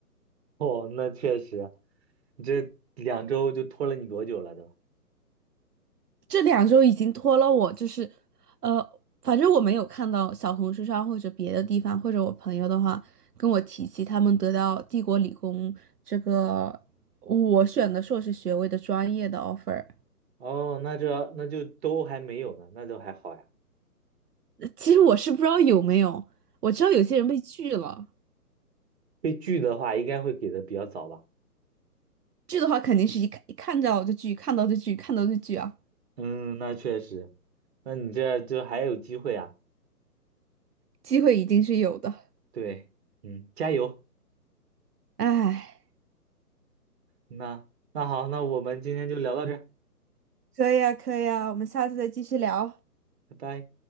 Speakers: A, on the right (about 40°); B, on the right (about 75°).
A: <laughs> 哦，那确实，你这两周就拖了你多久了都？
B: 这两周已经拖了我，就是，呃，反正我没有看到小红书上或者别的地方，或者我朋友的话跟我提起他们得到帝国理工这个我选的硕士学位的专业的 offer，
A: 哦，那这那就都还没有呢，那就还好呀。
B: 呃其实我是不知道有没有，我知道有些人被拒了，
A: 被拒的话，应该会给的比较早吧？
B: 拒的话肯定是一看一看到就拒，看到就拒，看到就拒啊，
A: 嗯，那确实，那你这就还有机会啊。
B: 机会一定是有的，
A: 对，嗯，加油。
B: 唉，
A: 那那好，那我们今天就聊到这儿，
B: 可以啊，可以啊，我们下次再继续聊。
A: 拜拜。